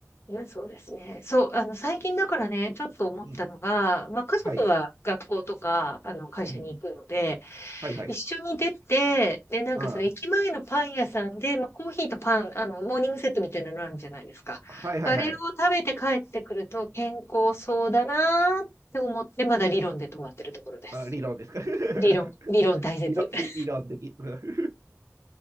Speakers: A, on the left; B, on the right.
A: いや、そうですね。そう、あの、最近だからね、ちょっと思ったのが、
B: うん。
A: まあ、家族は学校とか、
B: はい。
A: あの、会社に行くので、
B: うん。はいはい。
A: 一緒に出て、で、なんかその駅前のパン屋さんで、
B: あ
A: まあ、コーヒーとパン、あの、モーニングセットみたいなのあるじゃないですか。
B: あはいはいはい。
A: あれを食べて帰ってくると健康そうだなーって思って、まだ理論で止まってるところです。
B: あ理論ですか。
A: 理論、
B: <laughs>
A: 理論大切。
B: 理論、
A: <laughs>
B: 理、理論的。うん <laughs>